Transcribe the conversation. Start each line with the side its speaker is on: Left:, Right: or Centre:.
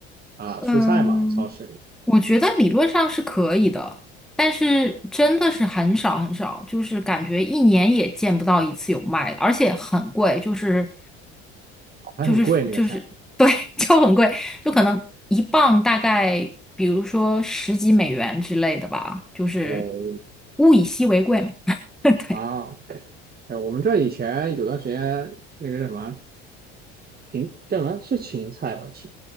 Right: 啊蔬菜嘛，
Centre: 嗯，
Right: 超市里
Centre: 我觉得理论上是可以的，但是真的是很少很少，就是感觉一年也见不到一次有卖的，而且很贵，就是
Right: 还很贵那个菜。
Centre: 就是就是对，<laughs> 就很贵，就可能一磅大概比如说十几美元之类的吧，就是
Right: 哦，
Centre: 物以稀为贵嘛。<laughs> 对，
Right: 啊。哎，我们这以前有段时间那个叫什么芹叫什么是芹菜吧？芹